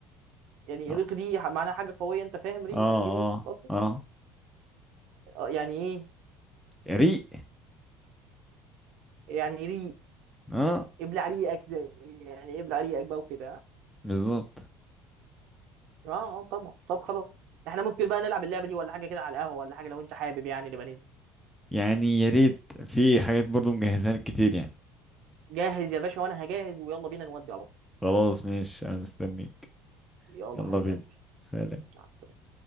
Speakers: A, on the right; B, in the centre.
A: يعني
B: اه
A: إيه ريق دي ح- معناها حاجه قويه انت فاهم ري
B: اه اه
A: يعني ايه ريق اصلا
B: اه
A: آه، يعني ايه
B: ريق
A: يعني ري
B: اه
A: ابلع ريقك ده يعني ابلع ريقك بقى وكده
B: بالظبط
A: اه اه طبعا طب خلاص احنا ممكن بقى نلعب اللعبه دي ولا حاجه كده على القهوه ولا حاجه لو انت حابب يعني نبقى ننزل
B: يعني يا ريت في حاجات برضو مجهزها لك كتير يعني
A: جاهز يا باشا وانا هجهز ويلا بينا نودي على طول
B: خلاص ماشي انا مستنيك
A: يلا
B: يلا
A: حبيب
B: بينا
A: قلبي
B: سلام
A: مع السلامة